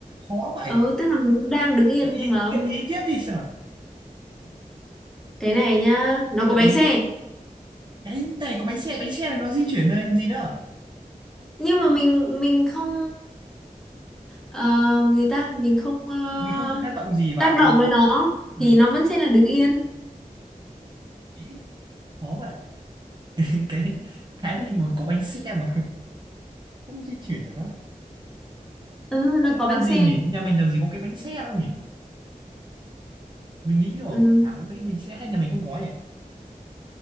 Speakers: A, on the right (about 30°); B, in the centre.
A: khó vậy
B: Ừ, tức là nó đang đứng yên
A: vậy ý
B: nhưng mà
A: gợi ý tiếp đi xem nào
B: cái này nhá nó
A: hay gợi
B: có bánh
A: ý
B: xe
A: cái này có bánh xe bánh xe này nó di chuyển đây làm gì nữa
B: nhưng mà mình mình không ờ, gì ta mình không ờ,
A: vì không tác động gì vào
B: tác
A: nó
B: động
A: vậy.
B: với nó
A: ừ.
B: thì nó vẫn sẽ là đứng yên
A: Thế, khó vậy <laughs> cái cái gì mà có bánh xe mà không di chuyển được á
B: ừ
A: Ôi,
B: nó có
A: làm
B: bánh xe
A: gì nhỉ nhà mình làm gì có cái bánh xe đâu nhỉ mình nghĩ rồi
B: ừ.
A: cũng chả có cái bánh xe hay nhà mình không có nhỉ